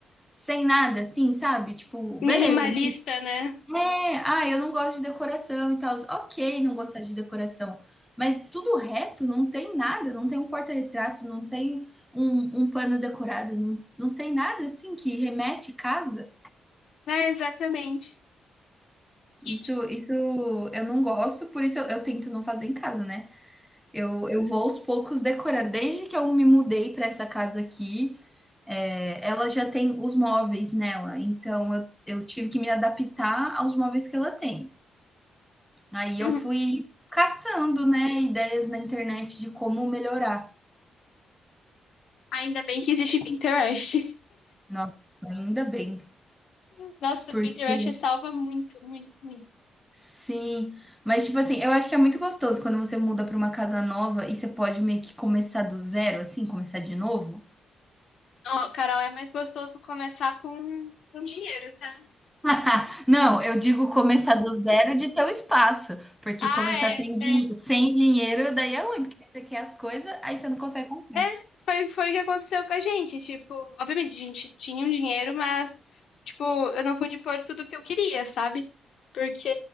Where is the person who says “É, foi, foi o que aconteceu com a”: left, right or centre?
Left